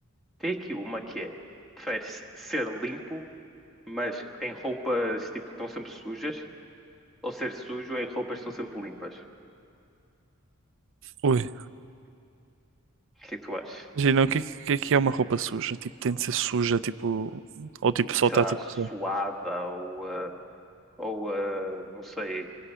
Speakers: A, in the centre; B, on the right (about 60°).
A: tem aqui uma que é: preferes ser limpo, mas em roupas tipo estão sempre sujas, ou ser sujo em roupas que estão sempre limpas?
B: Ui.
A: O que é que tu achas?
B: Imagina, o que, é que que é que é uma roupa suja? Tipo, tem de ser suja, tipo. Ou tipo, só está
A: Sei lá,
B: tipo.
A: suada
B: só.
A: ou, ah, ou ah, não sei,